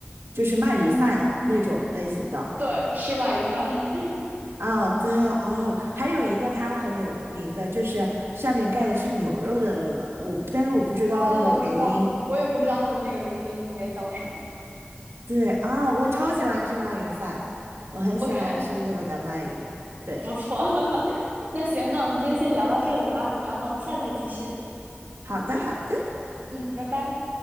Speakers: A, on the right (about 80°); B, on the right (about 50°).
A: 就是鳗鱼饭那种类型的。
B: 嗯，对，吃鳗鱼饭。<laughs>
A: 啊、对哦，还有一个它很有名的，就是上面盖的是牛肉的那个，我但是我不知道那个读音。
B: 哦，我知道，我也不知道它的那个读音应该叫什么。
A: 对啊、我超喜欢吃鳗鱼饭，我很喜欢吃日本的鳗鱼。
B: OK，
A: 对，
B: 不错，<laughs> 那行，那我们今天先聊到这里吧，然后我们下次再继续。
A: 好的，好的。
B: 嗯，拜拜。